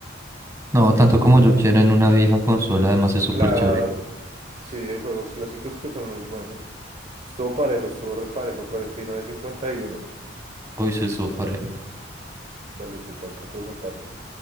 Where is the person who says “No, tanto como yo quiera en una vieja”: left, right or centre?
Right